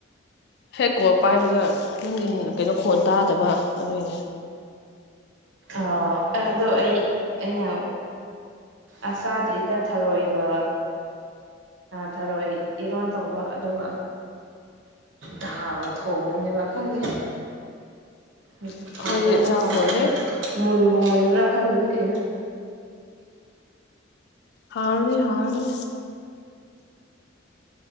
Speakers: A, on the left; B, on the right.
A: ꯍꯦꯛꯀꯣ ꯄꯥꯏꯕꯗ ꯅꯪꯒꯤ ꯀꯩꯅꯣ ꯈꯣꯟ ꯇꯥꯗꯕ ꯑꯗꯨꯅꯦ
B: ꯑ ꯑꯗꯣ ꯑꯩ ꯑꯩꯅ ꯑ ꯆꯥꯗ꯭ꯔꯤꯗ ꯊꯔꯣꯏꯒ ꯊꯔꯣꯏ ꯏꯔꯣꯟ ꯇꯧꯕ ꯑꯗꯨꯒ ꯗꯥꯜ ꯊꯣꯡꯒꯅꯦꯕ ꯈꯪꯗꯦ ꯑꯗꯨ
A: ꯑꯩꯈꯣꯏꯗꯤ
B: ꯍꯥꯒꯗ꯭ꯔꯥ
A: ꯆꯥꯕ
B: ꯍꯥꯥꯎꯒꯗ꯭ꯔꯥ
A: ꯂꯣꯏꯔꯦ
B: ꯃꯨꯟꯕꯨ ꯃꯨꯟꯕ꯭ꯔꯥ ꯈꯪꯗꯦ ꯀꯩꯅꯣ
A: ꯍꯥꯎꯔꯤ ꯍꯥꯎꯅꯤ